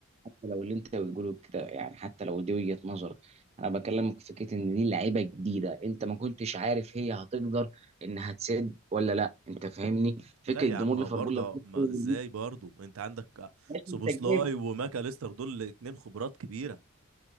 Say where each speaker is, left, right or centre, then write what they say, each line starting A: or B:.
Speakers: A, on the right; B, on the right.
A: حتى لو اللي انت بتقوله كده يعني حتى لو دي وجهة نظرك انا بكلمك في فكره ان دي لعيبه جديده انت ما كنتش عارف هي هتقدر انها تسد ولا لا انت فاهمني فكره
B: لا يا
A: جمهور
B: عم ما
A: ليفربول
B: برضه
A: لما يدخل
B: ما ازاي
A: الماتش،
B: برضه انت عندك
A: ماشي
B: سوبوسلاي
A: انت جايب
B: وماكاليستر دول اتنين خبرات كبيرة